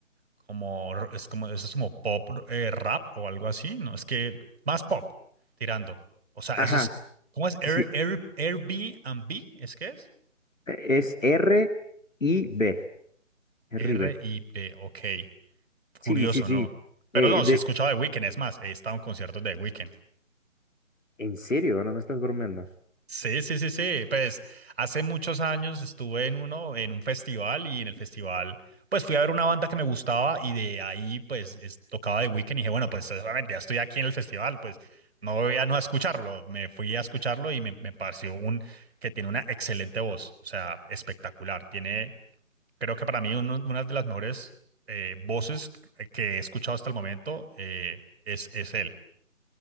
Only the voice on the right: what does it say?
como, r- es como, eso es como pop, eh, rap o algo así, ¿no? Es que más pop, tirando. O sea,
eso es, ¿cómo es? Air,
Air, Airbnb, ¿es que es?
R-I-B,
ok.
Curioso,
¿no? Pero
no,
si escuchaba The Weeknd, es más, he estado en conciertos de The Weeknd.
Sí, sí, sí, sí. Pues hace muchos años estuve en uno, en un festival y en el festival, pues fui a ver una banda que me gustaba y de ahí, pues es- tocaba The Weeknd y dije, bueno, pues obviamente ya estoy aquí en el festival, pues no voy a no a escucharlo. Me fui a escucharlo y me, me pareció un que tiene una excelente voz, o sea, espectacular. Tiene, creo que para mí uno- una de las mejores eh, voces que he escuchado hasta el momento eh, es, es él,